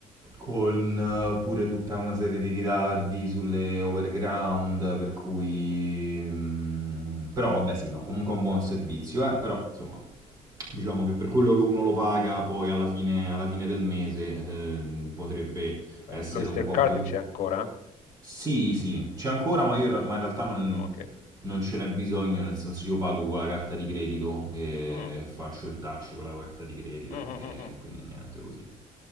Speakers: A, on the right; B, on the left.
A: con eh, pure tutta una serie di ritardi sulle overground, per cui... mm, però vabbè sì, no, comunque è un buon servizio, eh, però insomma diciamo che per quello che uno lo paga poi alla fine, alla fine del mese eh, potrebbe essere
B: L'Oyster
A: un po'
B: Card
A: più...
B: c'è ancora?
A: Sì, sì, c'è ancora, ma, io, in re- ma in realtà non,
B: Mm, Ok.
A: non ce n'è bisogno, nel senso io pago con la carta di credito e
B: Mm.
A: faccio il touch con la carta di credito
B: Mhm,
A: e
B: mhm,
A: quindi niente così.